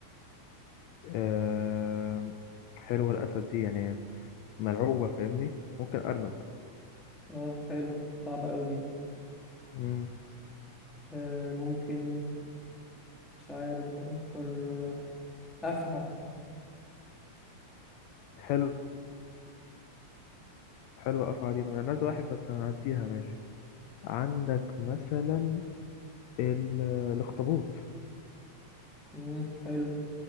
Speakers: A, on the left (about 80°); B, in the centre.
A: آه... حلوة الأسد دي يعني ملعوبة فاهمني ممكن أرنب
B: اه حلو صعبة قوي دي
A: مم.
B: آه ممكن مش عارف افكر آه، افعى
A: حلوة حلوة أفعى دي أنا عايز واحد بس هنعديها ماشي عندك مثلا ال... الأخطبوط
B: مم، حلو